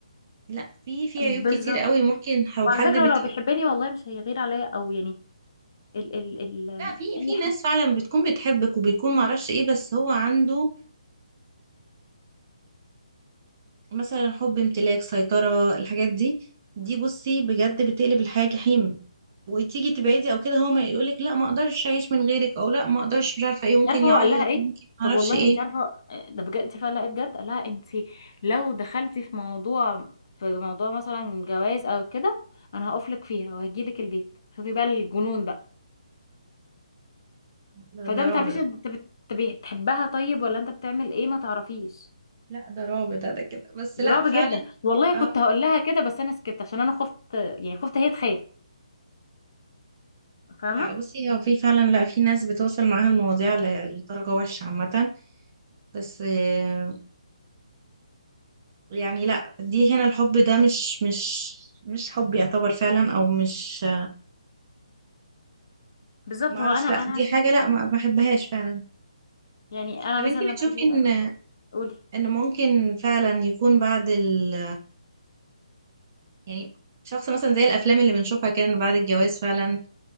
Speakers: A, on the right; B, on the left.
A: لا في في
B: بالظبط
A: عيوب كتير قوي ممكن لو
B: وعلى
A: حد
B: فكره
A: بتحب
B: هو لو بيحبني والله مش هيغير عليا او يعني ال ال ال
A: لا في
B: اي
A: في ناس فعلا بتكون بتحبك وبيكون معرفش ايه بس هو عنده مثلا حب امتلاك سيطرة الحاجات دي دي بصي بجد بتقلب الحياة جحيم وتيجي تبعدي او كده هو ما يقولك لا ما اقدرش اعيش من غيرك او لا ما اقدرش مش عارفة ايه
B: انت
A: ممكن
B: عارفه
A: يعيط
B: هو قال لها ايه
A: ممكن
B: طب
A: ما اعرفش
B: والله
A: ايه
B: انت عارفه آه، ده بجد انت فعلا بجد قال لها انت لو دخلتي في موضوع في موضوع مثلا جواز او كده انا هقف لك فيها وهجي لك البيت شوفي بقى الجنون بقى
A: ده
B: فده
A: ده
B: ما
A: رعب
B: تعرفيش
A: ده
B: انت بت- بتحبها طيب ولا انت بتعمل ايه ما تعرفيش
A: لا ده رعب ده ده كده بس
B: رعب
A: لا فعلا
B: جدا والله
A: اه
B: كنت هقول لها كده بس انا سكت عشان انا خفت يعني خفت هي تخاف فاهمه
A: لا بصي هو في فعلا لا في ناس بتوصل معاها المواضيع ل- لدرجة وحشة عامة بس آه، يعني لا دي هنا الحب ده مش مش مش حب يعتبر فعلا او مش
B: بالظبط
A: معرفش
B: هو انا
A: لا
B: انا
A: دي
B: عشان
A: حاجة
B: كده
A: لا ما بحبهاش فعلا
B: يعني انا
A: طب انتي
B: مثلا لما
A: بتشوفي
B: اجي الاخبار
A: ان
B: قولي
A: ان ممكن فعلا يكون بعد ال يعني شخص مثلا زي الافلام اللي بنشوفها كان بعد الجواز فعلا